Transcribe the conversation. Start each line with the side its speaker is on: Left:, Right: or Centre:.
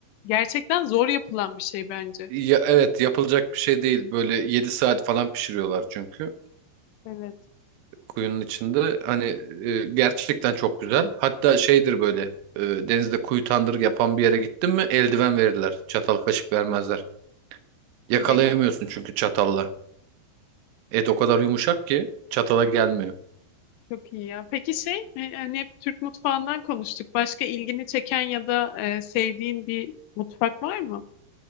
Left: gerçekten zor yapılan bir şey bence.
Right: Ya, evet yapılacak bir şey değil. Böyle 7 saat falan pişiriyorlar çünkü.
Left: Evet.
Right: Kuyunun içinde. Hani e, gerçekten çok güzel. Hatta şeydir böyle. e, Denizde kuyu tandır yapan bir yere gittin mi eldiven verirler. Çatal kaşık vermezler. Yakalayamıyorsun
Left: Hadi ya.
Right: çünkü çatalla. Et o kadar yumuşak ki çatala gelmiyor.
Left: Çok iyi ya. Peki şey, e, hani hep Türk mutfağından konuştuk. Başka ilgini çeken ya da e, sevdiğin bir mutfak var mı?